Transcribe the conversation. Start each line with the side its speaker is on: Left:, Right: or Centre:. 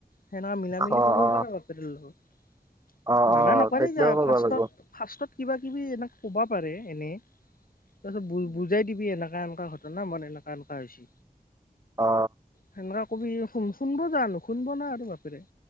Left: সেনেকা মিলা মিলি
Right: অ
Left: কৰিব
Right: অ
Left: পাৰা বাপেৰৰ লগত।
Right: অ
Left: মানা
Right: অ
Left: নকৰে
Right: তেতিয়াও
Left: যা।
Right: কৰিব
Left: ফাৰ্ষ্টত
Right: লাগিব
Left: ফাৰ্ষ্টত কিবা কিবি এনেকে ক'বা পাৰে এনে। তাৰপিছত ভূল বুজাই দিবি এনেকা এনেকা ঘটনা, মৰ এনেকা এনেকা হৈছি।
Right: অ।
Left: সেনকুৱা কবি। শুন শুনব যা, নুশুনব না আৰু বাপেৰে।